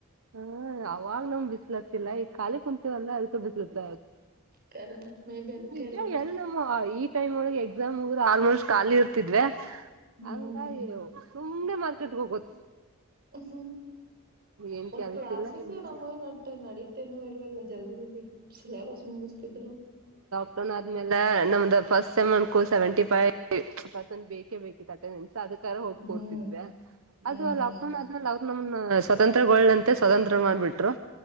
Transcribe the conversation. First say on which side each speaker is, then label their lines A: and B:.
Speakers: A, on the right; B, on the right.
A: ಹ ಅವಾಗ್ ನಮ್ ಬಿಸಿ್ಲತಿಲ್ಲ ಈ ಕಾಲಿ ಕುಂತೇವಲ್ಲ ಅದ ತ ಬಿಸಲತ
B: ಕಾರಣ ಮೇ ಬಿ ಅದಕ್ಕೆ
A: ನಿಜ
B: ಇರ್ಬೇಕು
A: ಎಲ್ಲ ನಮ್ಮ ಟೈಮ್ ಒಳಗೆ ಎಕ್ಸಾಮ್ ಹೋಗ್ರೆ ಆಲ್ಮೋಸ್ಟ್ ಖಾಲಿ ಇರ್ತಿದ್ವಿ
B: ಹ್ಮ್
A: ಹಂಗ ಸುಮ್ನೆ ಮಾರ್ಕೆಟ್ಗೆ ಹೋಗಬೋದು
B: ಹಹ
A: ಏನ್
B: ಮತ್
A: ಕೆಲ್ಸಿಲ್ಲ
B: ಕ್ಲಾಸಸ್
A: ಏನಿಲ್ಲ
B: ನಮ್ಮ ನ ನಡೀತೇನು ಎಲ್ಲಲ್ಲ ಜಲ್ದಿ ಜಲ್ದಿ ಸಿಲಬಸ್ ಮುಗಿಸ್ತಿದ್ರು
A: ನ್ ಆದ್ಮೇಲೆ ನಮ್ದ ಫಸ್ಟ್ ಸೆಮನ್ೂ ಸೆವೆಂಟಿ ಫೈವ್ ಪರ್ಸೆಂಟ್ ಬೇಕೇ ಬೇಕಿತ್ತು ಅೆ ಸಾಧ ಹೋಗ್ಕ
B: ಹ್ಮ್
A: ಕೊಡ್ತಿದ್ವಿ
B: ಹ್ಮ್
A: ಅದು
B: ಹ್ಮ್
A: ಲಾಕ್ಡೌನ್ ಆದ್ಮೇಲೆ ಅವರು ನಮ ಸ್ವತಂತ್ರ ಸ್ವತಂತ್ರ ಮಾಡ್ಬಿಟ್ರು